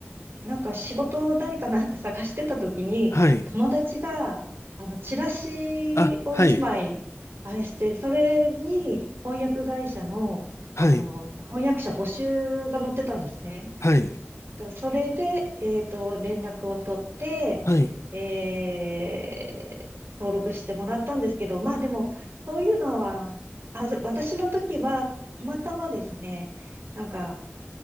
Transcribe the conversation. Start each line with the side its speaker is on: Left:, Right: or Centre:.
Right: なんか仕事ないかなって <laughs> 探してた時に、
Left: はい。
Right: 友達が、あの、チラシを一枚、
Left: あ、はい。
Right: あれして、それに翻訳会社の、
Left: はい。
Right: あの、翻訳者募集が載ってたんですね。
Left: はい。
Right: とそれで、えっと、連絡を取って、
Left: はい。
Right: えー登録してもらったんですけど、まあでも、そういうのは、あ、私の時は、たまたまですね、なんか、